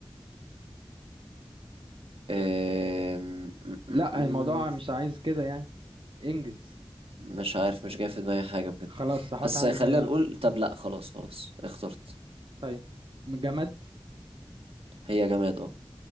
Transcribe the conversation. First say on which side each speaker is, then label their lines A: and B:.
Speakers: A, on the right; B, on the right.
A: آم، م-
B: لا
A: م- م-
B: الموضوع مش عايز كده يعني انجز
A: مش عارف مش جاي في دماغي حاجة بجد
B: خلاص هحط
A: بس
B: حاجه
A: خلينا
B: بقى يعني
A: نقول طب لأ خلاص خلاص اخترت
B: طيب جماد
A: هي جماد اه